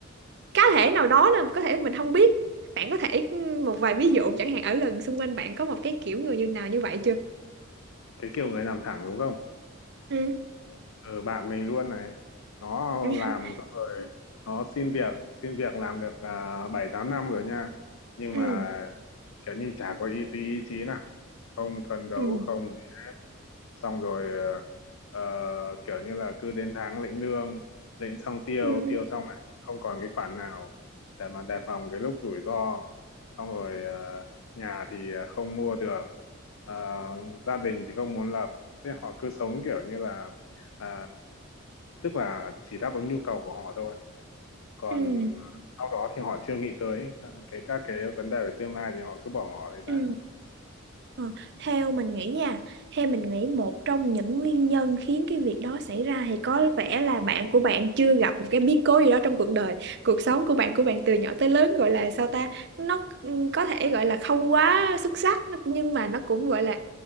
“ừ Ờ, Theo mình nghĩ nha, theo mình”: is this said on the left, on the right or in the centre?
Right